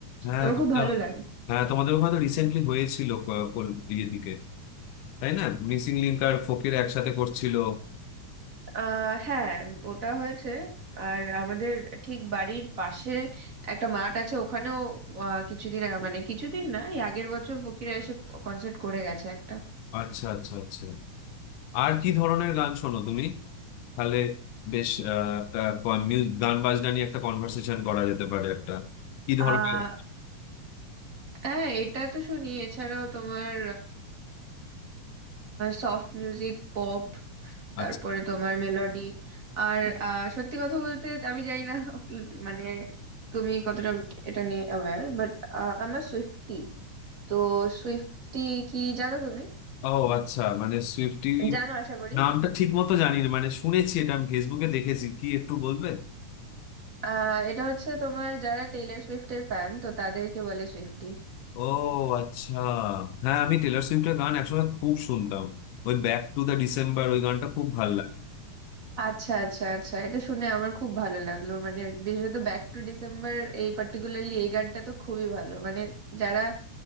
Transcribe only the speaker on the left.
হ্যাঁ
তোমাদের
হ্যাঁ তোমাদের ওখানে তো রিসেন্টলি হয়েছিল ক- কল- ইয়ে দিকে তাই না মিসিং লিংক আর ফকির একসাথে করছিল
আচ্ছা আচ্ছা আচ্ছা আর কি ধরনের গান শোনো তুমি তাহলে বেশ আহ, একটা কন- মিউ- গান বাজনা নিয়ে একটা কনভার্সেশন করা যেতে পারে একটা কি
ধরনের
আচ্ছা
ও আচ্ছা মানে সুইফটি
নামটা ঠিক মতো জানি না মানে শুনেছি এটা আমি ফেসবুকে দেখেছি কি একটু বলবে
ও আচ্ছা হ্যাঁ আমি টেলর সুইফটের গান একসময় খুব শুনতাম ওই ব্যাক টু দ্য ডিসেম্বর ওই গানটা খুব ভালো